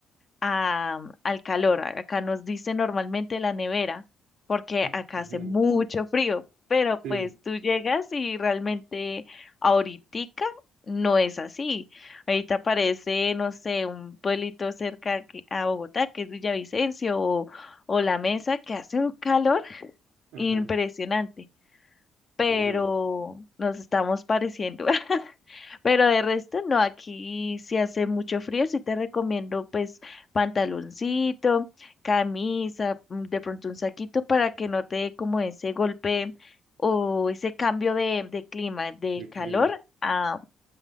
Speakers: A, on the left; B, on the right.
A: a- al calor. Acá nos dice normalmente la nevera, porque
B: Ah,
A: acá
B: ujú,
A: hace mucho frío, pero
B: Sí,
A: pues tú llegas y realmente ahoritica no es así. Ahorita aparece, no sé, un pueblito cerca que- a Bogotá, que es Villavicencio, o, o La Mesa, que hace un calor
B: ajá,
A: impresionante, pero
B: órale,
A: nos estamos pareciendo. <laughs> Pero de resto no, aquí si hace mucho frío, sí te recomiendo pues pantaloncito, camisa, mm, de pronto un saquito para que no te dé como ese golpe o ese cambio de, de clima, de
B: de clima.
A: calor a,